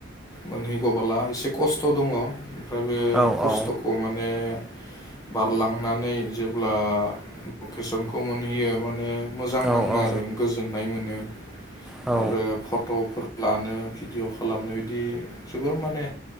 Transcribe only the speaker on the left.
मोनहैगबाला एसे खस्थ' दङ ओमफ्राय बे
खस्थ'खौ माने बारलांनानै जेब्ला लकेसनखौ मोनहैयो माने मोजां
नाङो
आरो गोजोननाय मोनो
आरो फट'फोर लानो भिडिअ' खालामनो बिदि जोबोर माने